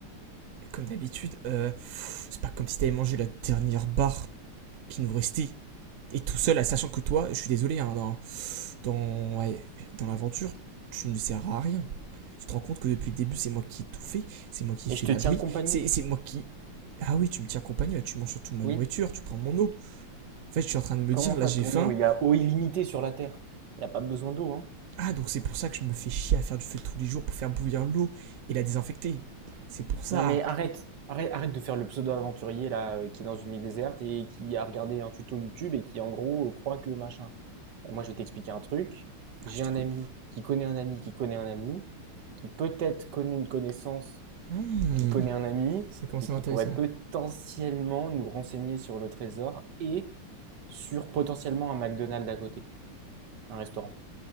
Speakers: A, on the right; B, on the right.
A: Et comme d'habitude, euh, c'est pas comme si t'avais mangé la dernière barre qui nous restait. Et tout seul, à sachant que toi, je suis désolé, hein, dans, dans, ouais, dans l'aventure, tu ne sers à rien. Tu te rends compte que depuis le début, c'est moi qui ai tout fait, c'est moi qui ai
B: Et
A: fait
B: je te
A: l'abri,
B: tiens compagnie.
A: c'est c'est moi qui. Ah oui, tu me tiens compagnie, ouais, tu manges surtout ma
B: Oui,
A: nourriture, tu prends mon eau. En fait, je suis en train de me
B: comment
A: dire,
B: ça,
A: là j'ai
B: ton
A: faim,
B: eau? Il y a eau illimitée sur la Terre. Il n'y a pas besoin d'eau, hein.
A: Ah, donc c'est pour ça que je me fais chier à faire du feu tous les jours pour faire bouillir l'eau et la désinfecter. C'est pour ça.
B: Non mais arrête, arrête, arrête de faire le pseudo-aventurier là, euh, qui est dans une île déserte et qui a regardé un tuto YouTube et qui en gros euh, croit que machin. Euh, moi, je vais t'expliquer un truc. J'ai
A: Ah, je
B: un
A: t'écoute.
B: ami qui connaît un ami qui connaît un ami qui peut-être connaît une connaissance,
A: Hmm,
B: qui connaît un ami,
A: Ça commence
B: et qui
A: à m'intéresser
B: pourrait
A: là.
B: potentiellement nous renseigner sur le trésor et sur potentiellement un McDonald's à côté, un restaurant.